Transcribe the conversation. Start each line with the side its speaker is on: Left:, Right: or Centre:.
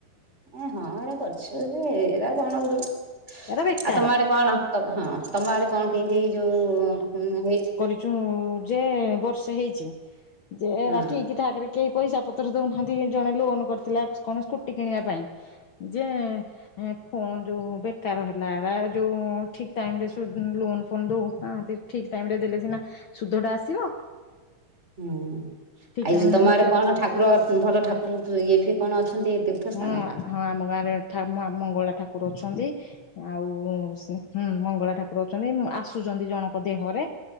Right: ଏ ହଁ ଏଇରା କରୁଛ ଯେ ଏଇରା କଣ ଗ୍ରୁପ୍
Left: ଏରା ବେକାର
Right: ଆଉ ତମ ଆଡେ କଣ ତ ହଁ। ତମ ଆଡେ କଣ କେମିତି ଯୋଉ ହେଇଛି
Left: ତୁ ଯେ ବର୍ଷେ ହେଇଛି ଯେ ଏରା
Right: ହଁ
Left: ଠିକ୍‌ ଠାକ ରେ କେହି ପଇସା ପତ୍ର ଦଉନାହାନ୍ତି ଜଣେ ଲୋନ କରିଥିଲା କଣ ସ୍କୁଟି କିଣିବା ପାଇଁ ଯେ ଏ ଫୋନ୍ ଯଉ ବେକାର ହେଲା ହେରା ଯଉ ଠିକ ଟାଇମରେ ସୁ ଲୋନ୍ ଫୋନ୍ ଦଉ ହ ଠିକ ଟାଇମ୍ ରେ ଦେଲେ ସିନା ସୁଧ ଟା ଆସିବ।
Right: ହୁଁ।
Left: ଠିକ
Right: ଆଇ
Left: ଟାଇମ
Right: ଯୋଉ ତମ
Left: ରେ ନଦେଲେ
Right: ଆଡେ କଣ ଠାକୁର ଭଲ ଠାକୁର ଇଏ ଫିଏ କଣ ଅଛନ୍ତି ତୀର୍ଥ
Left: ହଁ
Right: ସ୍ଥାନ?
Left: ହଁ ଆମ ଗାଁରେ ଠା ମା ମଙ୍ଗଳା ଠାକୁର ଅଛନ୍ତି। ଆଉ ହୁଁ ମଙ୍ଗଳା ଠାକୁର ଅଛନ୍ତି ଆସୁଛନ୍ତି ଜଣଙ୍କ ଦେହରେ